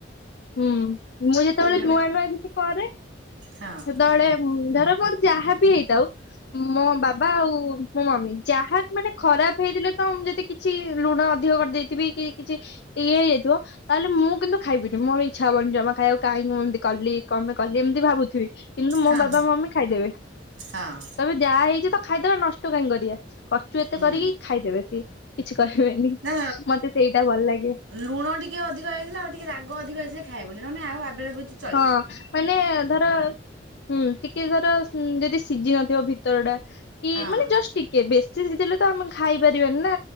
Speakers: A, on the left; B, on the right.
A: ହୁଁ ମୁଁ ଯେତେବେଳେ
B: ମାନେ
A: ନୂଆ ନୂଆ କିଛି କରେ ସେତେବେଳେ
B: ହଁ
A: ହୁଁ ଧର ମୋର ଯାହାବି ହେଇଥାଉ ମୋ ବାବା ଆଉ ମୋ ମମି ଯାହା ମାନେ ଖରାପ ହେଇଥିଲେ ତ ମୁଁ ଯଦି କିଛି ଲୁଣ ଅଧିକ କରି ଦେଇଥିବି କି କିଛି ଇଏ ହେଇଯାଇଥିବ ତାହେଲେ ମୁଁ କିନ୍ତୁ ଖାଇବିନି ମୋର ଇଚ୍ଛା ହବନି ଜମା ଖାଇବାକୁ କାହିଁକି ମୁଁ ଏମିତି କଲି କଣ ପାଇଁ କଲି ଏମିତି ଭାବୁଥିବି। କିନ୍ତୁ ମୋ
B: ହଁ
A: ବାବା ମମି ଖାଇଦେବେ। କହିବେ
B: ହଁ
A: ଯାହା ହେଇଛି ତ ଖାଇଦେବା ନଷ୍ଟ କାହିଁ କରିଆ। କର୍ଚୁ ଏତେ
B: ହୁଁ
A: କରିକି ଖାଇଦେବେ ସେ କିଛି କହିବେନି
B: ନା
A: ମତେ ସେଇଟା ଭଲ୍ ଲାଗେ।
B: ଲୁଣ ଟିକେ ଅଧିକ ହେଇଥିଲେ ଆଉ ଟିକେ ରାଗ ଅଧିକ ହେଇଥିଲେ ଖାଇବନି ନହେଲେ ଆଉ ଆ <unintelligible>
A: ହଁ ମାନେ ଧର ହୁଁ ଟିକେ ଧର ଉଁ ଯଦି ସିଝି ନଥିବ ଭିତର ଟା କି
B: ହଁ
A: ମାନେ ଜଷ୍ଟ ଟିକେ ବେଶି ସିଝି ଥିଲେ ତ ଆମ ଖାଇ ପାରିବାନି ନା